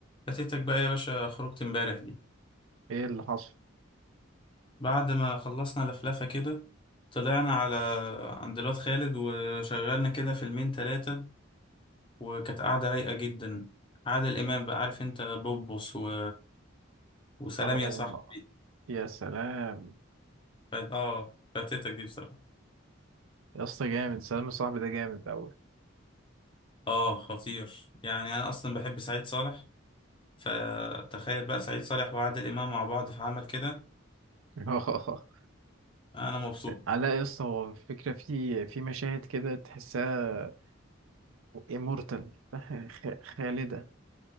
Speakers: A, on the left; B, on the right.
A: فاتتك بقى يا باشا خروجة امبارح دي
B: ايه اللي حصل
A: بعد ما خلصنا لفلفة كده طلعنا على عند الواد خالد وشغلنا كده فيلمين تلاتة وكانت قعدة رايقة جدا عادل الإمام بقى عارف انت بوبوس و... وسلام
B: اه
A: يا صاحبي
B: يا سلام
A: ف... اه فاتتك دي بصراحة
B: يا اسطى جامد سلام صاحبي ده جامد اوي
A: اه خطير يعني أنا أصلا بحب سعيد صالح فتخيل بقى سعيد صالح وعادل إمام مع بعض في عمل كده
B: <laughs> اه
A: أنا مبسوط
B: علاء يا اسطى هو الفكره في في مشاهد كده تحسها امورتال <laughs> خالده